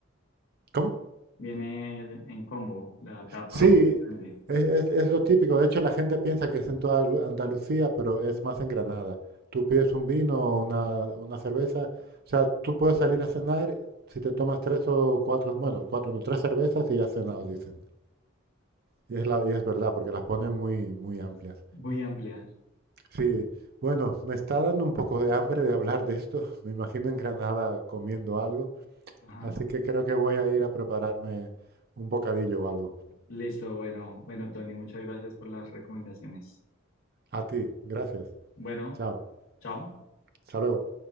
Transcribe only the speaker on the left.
Viene en combo, la tapa
bien grande,
muy amplia.
Ajá.
Listo, bueno, bueno, Tony, muchas gracias por las recomendaciones.
Bueno,
chao.